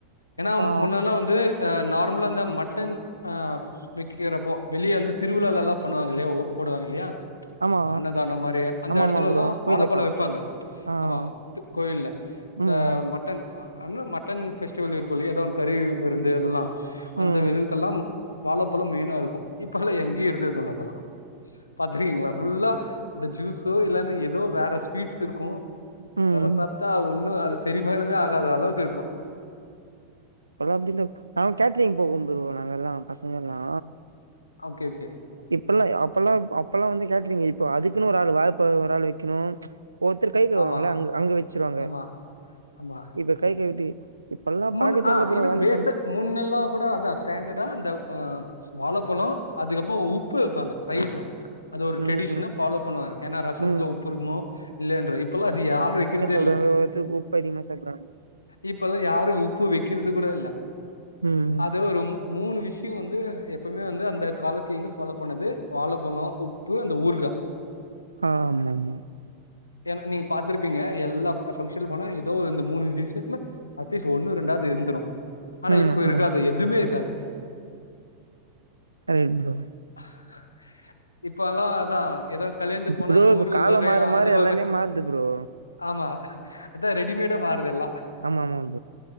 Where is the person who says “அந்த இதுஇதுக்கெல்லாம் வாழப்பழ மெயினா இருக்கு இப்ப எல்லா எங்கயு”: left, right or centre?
Left